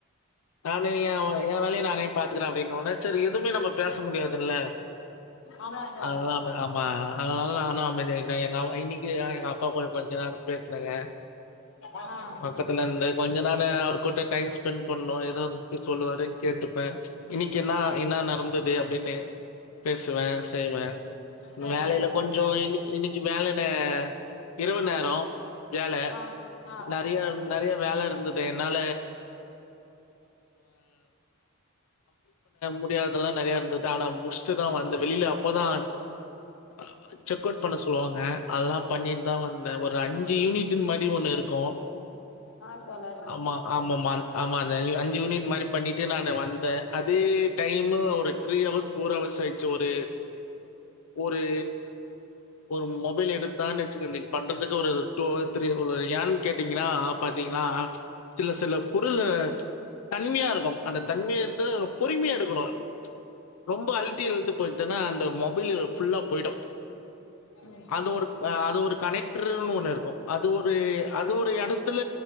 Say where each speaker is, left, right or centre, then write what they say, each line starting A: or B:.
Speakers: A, on the left (about 80°); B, on the left (about 65°).
A: நானு எ எ வேலைய நானே பாத்துக்ற அப்டின்னோன செரி எதுவுமே நம்ம பேச முடியாதுல்ல
B: ஆமா தோழர்
A: அதல்லாமே ஆமா அதனால நானு அமைதியாயிட்ட எங்க அம்மா இன்னிக்கி எங்க அப்பா கூட கொஞ்ச நேரோ பே சுனங்க
B: ஆ
A: பக்கத்துல நின்னு கொஞ்ச நேரோ த்துல அவர் கூட்ட டைம் ஸ்பெண்ட் பண்னோ எதாவது பத்தி சொல்லுவாரு கேட்டுப்ப இன்னிக்கி என்ன என்னா நடந்துது அப்டின்னு பேசுவ செய்வே
B: சரிங்க
A: வேலைல
B: தோழர்
A: கொஞ்சொ இன் இன்னைக்கி வேலைல இரவு நேரோ வேல
B: ஆ ஆ
A: நெறைய நெறைய வேலை இருந்துது னால முடியாதது எல்லா நெறையா இருந்தது ஆனா முடிச்ட்டுதா வந்த வெளில அப்பதா அ செக் அவுட் பண்ண சொல்வாங்க அதெல்லா பண்ணிட்டு தா வந்தே ஒரு அஞ்சு யூனிட் மாரி ஒண்ணு இருக்கு
B: ஆ தோழர்
A: ஆமா ஆமாமா ஆமா அந்த அஞ்சு யூனிட் மாரி பண்ணிட்டு நானு வந்தே அதே டைமு ஒரு த்ரீ அவர்ஸ் ஃபோர் அவர்ஸ் ஆயிர்ச்சு ஒரு ஒரு ஒரு மொபைல் எடுத்தா வெச்சுக்க நீ பண்றதுக்கு ஒரு டூ அவர்ஸ் த்ரீ ஒரு ஏன் கேட்டீங்னா பாத்தீங்னா சில சில பொருளு தன்ம்யா இருக்கு அந்த தன்ம்யத்த பொறிம்யா எடுக் <unintelligible> ரொம்ப அழ்த்தி இழுத்து போய்ட்டனா அந்த மொ புய்லிரு ஃபுல்லா பொய்டு
B: ம்
A: அது ஒரு அது ஒரு கனெக் ட்ருனு ஒன்னு இருக்கு அது ஒரு அது ஒரு எடத்துல